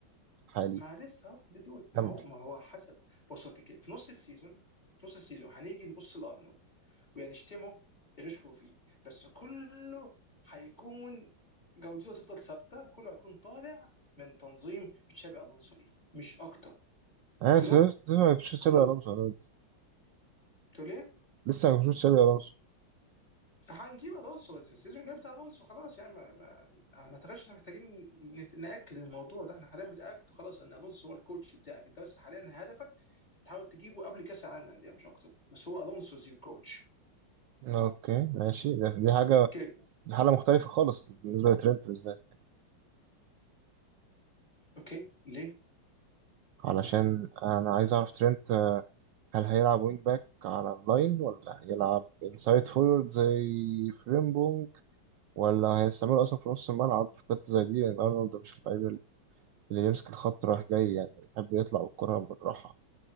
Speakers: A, on the right; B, on the left.
A: الحالي
B: ما لسه اهو لدود ما
A: كمل
B: هو ما هو حسب بص هو كده- في نص السيزون في نص السيزون هنيجي نبص لارنولد وهنشتمه نشكو فيه بس كله هيكون جودته تفضل ثابته كله هيكون طالع من تنظيم تشابي الونسو ليه مش اكتر
A: أنا
B: كلوب
A: سيبت- سيبت- ما بشوفش
B: كلوب
A: تشابي ألونسو أنا قلت.
B: توليه
A: لسه ما بشوفش تشابي ألونسو
B: هنجيب الونسو بس السيزون الجاي بتاع الونسو خلاص يعني ما ما ما اعتقدش احنا محتاجين نت- ناكد الموضوع ده احنا حاليا بتاكد خلاص ان الونسو هو الكوتش بتاعك انت بس حاليا هدفك تحاول تجيبه قبل كاس العالم للانديه مش اكتر بس هو الونسو از يور كوتش
A: أوكي ماشي ده- دي حاجة
B: اوكي
A: دي حالة مختلفة خالص بالنسبة لترنت بالذات
B: اوكي ليه؟
A: علشان أنا عايز أعرف ترنت آه، هل هيلعب وينج باك على اللاين ولا هيلعب انسايد فورورد زي فريمبونج ولا هيستعمله أصلا في نص الملعب في خطة زي دي لأن أرنولد مش اللعيب اللي يمسك الخط رايح جاي يعني بيحب يطلع بالكرة بالراحة